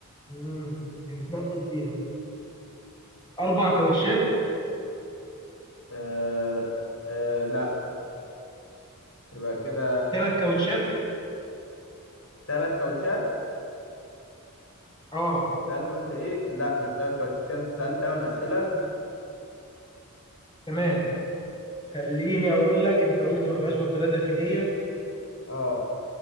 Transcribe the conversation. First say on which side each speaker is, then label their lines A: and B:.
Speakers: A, on the left (about 20°); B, on the left (about 70°).
A: امم بنتنقل بيها أربع كاوتشات
B: آه آه لا يبقى كده
A: ثلاث كاوتشات
B: ثلاث كاوتشات
A: اه
B: سألت قلت ايه لا مش تلات كاوتشات كده انت سألت تمن أسئلة
A: تمام خليني أقول لك أنت قلت ما فيهاش بطارية داخلية
B: اه